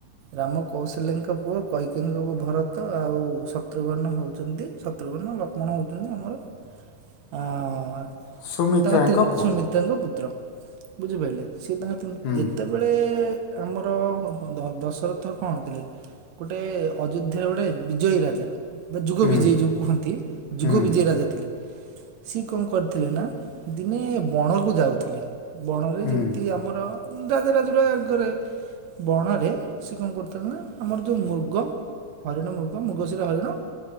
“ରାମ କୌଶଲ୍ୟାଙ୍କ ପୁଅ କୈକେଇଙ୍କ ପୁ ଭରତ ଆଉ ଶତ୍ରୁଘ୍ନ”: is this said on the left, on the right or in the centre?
Right